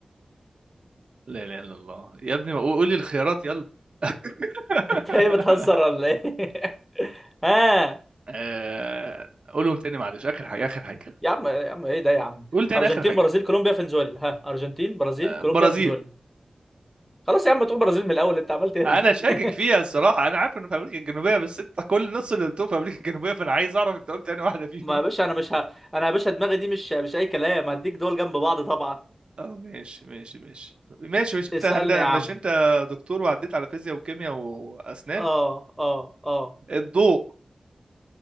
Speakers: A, on the right; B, in the centre.
A: لا اله الا الله يا ابني ما قول قول لي الخيارات يلا <laughs>
B: انت ايه بتهزر ولا ايه <laughs> ها
A: آه، قولهم تاني معلش اخر حاجة اخر حاجة
B: يا عم يا عم ايه ده يا عم
A: قول تاني
B: ارجنتين
A: اخر حاجة
B: برازيل كولومبيا فنزويلا ها ارجنتين برازيل
A: برازيل
B: كولومبيا فنزويلا خلاص يا عم تقول برازيل من الاول انت عمال تهري
A: انا شاكك
B: <laughs>
A: فيها الصراحه انا عارف انه في امريكا الجنوبيه بس انت كل نص اللي قلتهم في امريكا الجنوبيه فانا عايز اعرف انت قلت انهي واحده فيهم
B: ما يا باشا انا مش ه... انا يا باشا دماغي دي مش مش اي كلام هديك دول جنب بعض طبعا
A: <laughs> اه ماشي ماشي ماشي طب ماشي مش انت
B: اسألني
A: هند... مش
B: يا عم
A: انت دكتور وعديت على فيزياء وكيمياء واسنان
B: اه اه اه
A: الضوء